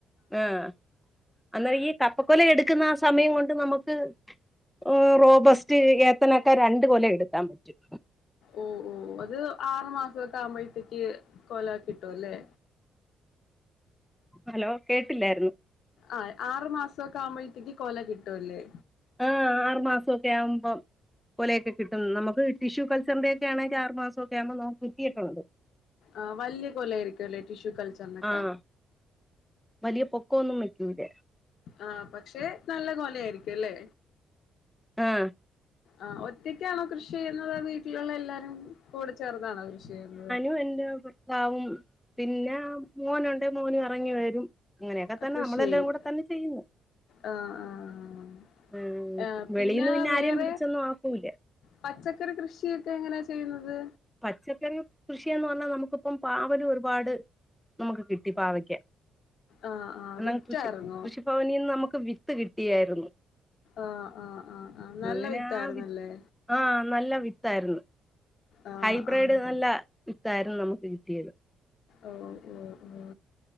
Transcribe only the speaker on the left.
ഓഹ്, ഓഹ് അത് ആറു മാസൊക്കെ ആവുമ്പഴത്തേക്ക് കൊല കിട്ടും അല്ലേ?
ആ ആറു മാസൊക്കെ ആവുമ്പഴത്തേക്ക് കൊല കിട്ടുവല്ലേ?
ആഹ് വല്യ കൊല ആയിരിക്കും അല്ലേ, ടിഷ്യൂ കൾച്ചർനൊക്കെ?
ആഹ് പക്ഷെ, നല്ല കൊല ആയിരിക്കും അല്ലേ?
ആഹ് ഒറ്റയ്ക്കാണോ കൃഷി ചെയ്യുന്നത്‌, വീട്ടിലുള്ള എല്ലാരും കൂടെ ചേർന്നാണോ കൃഷി ചെയ്യുന്നത്‌?
ആ, കൃഷി
ചെയ്യും
ആഹ് ആഹ്
ഏഹ്
വേറെ
പച്ചക്കറി കൃഷിയൊക്കെ എങ്ങനാ ചെയ്യുന്നത്?
ആഹ് ആഹ്
വിറ്റായിരുന്നോ
ആഹ് ആഹ് ആഹ് ആഹ്. നല്ല
വിത്തായിര്ന്നല്ലേ?
ആഹ്
ആഹ്
ഓഹ് ഓഹ് ഓഹ്